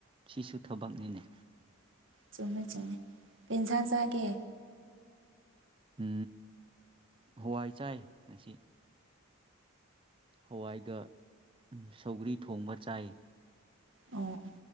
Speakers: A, on the right (about 25°); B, on the right (about 60°).
A: ꯁꯤꯁꯨ ꯊꯕꯛꯅꯤꯅꯦ
B: ꯆꯨꯝꯃꯦ ꯆꯨꯝꯃꯦ ꯀꯦꯟꯁꯥꯡ ꯆꯥꯒꯦ
A: ꯎ ꯍꯋꯥꯏ ꯆꯥꯏ ꯉꯁꯤ ꯍꯋꯥꯏꯒ ꯁꯧꯒ꯭ꯔꯤ ꯊꯣꯡꯕ ꯆꯥꯏ
B: ꯑꯣ